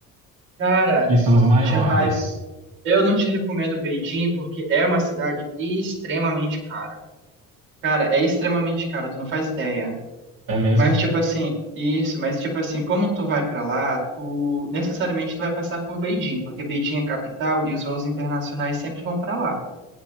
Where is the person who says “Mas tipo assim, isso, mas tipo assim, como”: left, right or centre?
Right